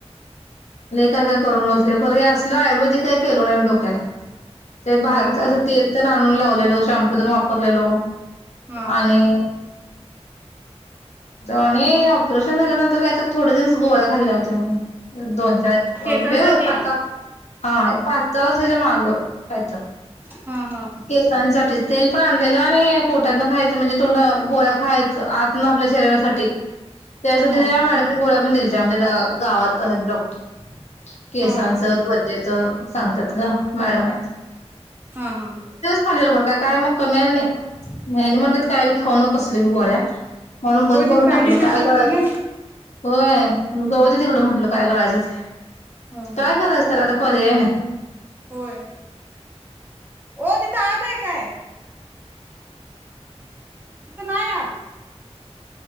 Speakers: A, on the left; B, on the right.
A: काय काय करून बसले खर असल आयुर्वेदिक काय केल नाही मी डोक्याला ते बाहेर
B: हा हा
A: असं तेल तर आणून लावलेलो शॅम्पू तरण वापरलेलो
B: हा
A: आणि ज शन झाल्यानंतर काय तर थोडे दिवस गोळ्या खाल्ल्या होत्या मी दोन चारले
B: केसांसाठी
A: पा
B: आहे
A: हा एक पाचचावा हच्या मागं कायच
B: हा हा
A: इतके सनसाठीच तेल पण आणलेलं आणि पोटातन खायचं म्हणजे तोंड गोळ्या खायचं आत ना आपल्या शरीरासाठी त्यासाठी
B: हा
A: त्या मॅडमने गोळ्या पण दिल्यात आमच्या त्या गावात डॉक्टर केसांच
B: हा हा
A: त्वचेच सांगतात ग मॅडम आहेत
B: हा हा
A: खलेलं घरं काय मग कमीयला नाही म्हणतत काय बी खाऊ न कसल्या बी गोळ्या म्हणून बंद
B: हो ते
A: करून
B: साईड
A: टाकलं
B: इफेक्ट
A: काय
B: होतय
A: करायचं
B: ना
A: होय गवती तिकडं म्हटलं काय कळायचं ते
B: हा
A: काय
B: हा
A: करायचं तर आता पर्याय नाही
B: होय हो तिथं आताय काय तिथं नाही या